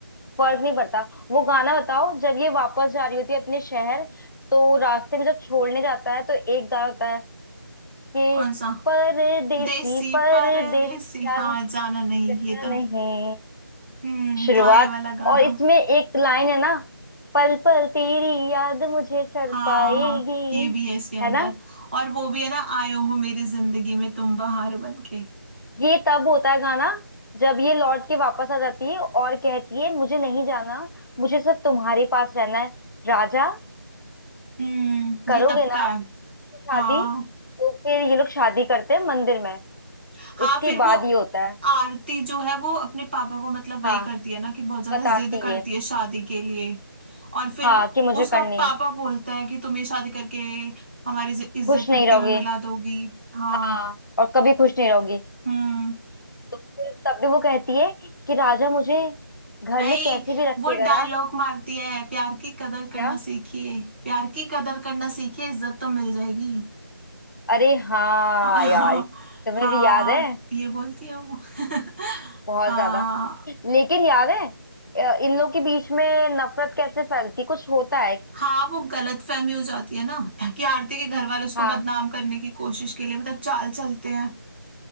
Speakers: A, on the left; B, on the right.
A: फर्क नहीं पड़ता वो गाना बताओ जब ये वापस जा रही होती है अपने शहर तो रास्ते में जब छोड़ने जाता है तो एक गाना होता है कि
B: कौन सा
A: परदेसी
B: देसी
A: परदेसी
B: परदेसी
A: जाना
B: हाँ जाना नहीं
A: जाना
B: ये तो
A: नहीं
B: हम्म
A: शुरुआत
B: था ये वाला गाना
A: और इसमें एक लाइन है ना पल पल तेरी याद मुझे सर
B: हाँ
A: पाएगी
B: हाँ ये भी है इसके अंदर
A: है ना
B: और वो भी है ना आयो हो मेरी जिंदगी में तुम बहार बन के
A: ये तब होता है गाना जब ये लौट के वापस आ जाती है और कहती है मुझे नहीं जाना मुझे सिर्फ तुम्हारे पास रहना है राजा
B: हम्म
A: करोगे
B: ये तब
A: ना
B: का है
A: शादी
B: हाँ
A: तो फिर ये लोग शादी करते हैं मंदिर में
B: हाँ
A: उसके
B: फिर वो
A: बाद ये होता है
B: आरती जो है वो अपने पापा को मतलब वही
A: हाँ
B: करती है ना कि बहुत ज्यादा
A: बताती
B: जिद करती
A: है
B: है शादी के लिए और फिर
A: हाँ कि मुझे
B: उसका
A: करनी
B: पापा
A: है
B: बोलता है कि तुम ये शादी करके हमारी इज्जत इज्जत
A: खुश नहीं
B: मिट्टी
A: रहोगे
B: में मिला दोगी हाँ
A: हाँ और कभी खुश नहीं रहोगी
B: हम्म
A: तो फिर तब भी वो कहती है कि राजा मुझे घर
B: नहीं
A: में कैसे भी रखेगा
B: वो डायलॉग
A: ना
B: मारती है प्यार की कदर करना
A: क्या
B: सीखिए प्यार की कदर करना सीखिए इज्जत तो मिल जाएगी
A: अरे हाँ
B: <laughs> हाँ
A: यार तुम्हें
B: हाँ
A: भी याद है
B: ये बोलती है वो <laughs>
A: बहुत
B: हाँ
A: ज्यादा लेकिन याद है अ, इन लोग के बीच में नफरत कैसे फैलती कुछ होता है
B: हाँ वो गलत फहमी हो जाती है ना कि आरती के घर वाले उसको
A: हाँ
B: बदनाम करने की कोशिश के लिए मतलब चाल चलते हैं